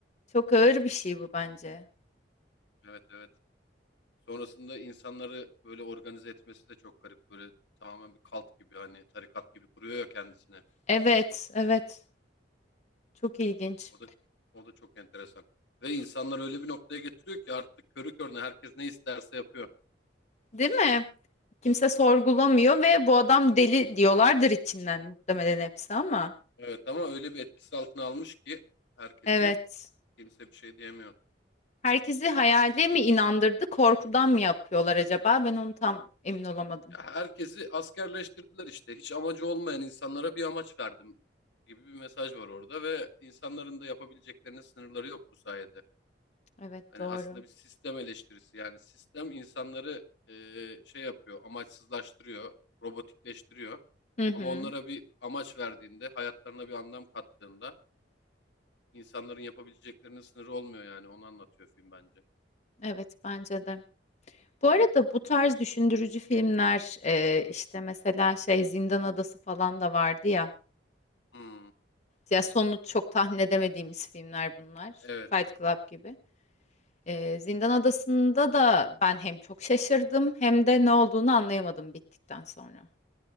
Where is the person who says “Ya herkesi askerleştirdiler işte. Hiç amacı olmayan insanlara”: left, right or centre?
Left